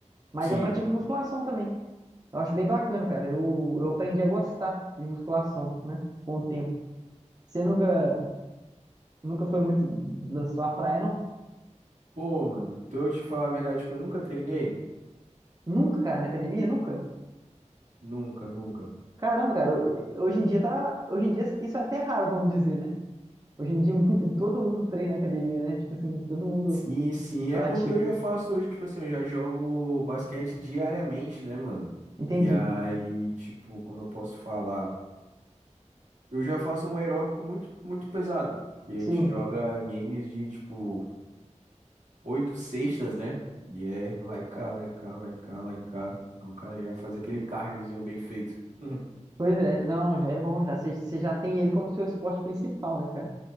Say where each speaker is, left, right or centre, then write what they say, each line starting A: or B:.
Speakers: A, on the right; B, on the right.
A: Mas
B: sim.
A: eu pratico musculação também. Eu acho bem bacana, cara. Eu, eu aprendi a gostar de musculação, né? Com o tempo. Você nunca, nunca foi muito da sua praia, não?
B: Pô, mano, pra eu te falar a verdade que eu nunca treinei?
A: Nunca, cara, na academia? Nunca?
B: Nunca, nunca.
A: Caramba, cara, ho- hoje em dia tá. Hoje em dia isso é até raro, vamos dizer, né? Hoje em dia <laughs> mu- todo mundo treina na academia, né? Tipo assim, todo mundo
B: Sim, sim. É
A: pratica.
B: porque eu já faço hoje, tipo assim, eu já jogo basquete diariamente, né, mano?
A: Entendi.
B: E aí, tipo, como eu posso falar? Eu já faço um aeróbico muito, muito pesado. porque a
A: Sim.
B: gente joga games de, tipo, oito sextas, né? E é lá e cá, lá e cá, lá e cá, lá e cá. Aí o cara já faz aquele cardiozinho bem feito. <laughs> Uhum.
A: Pois é, não, já é bom, já você você já tem ele como seu esporte principal, né, cara?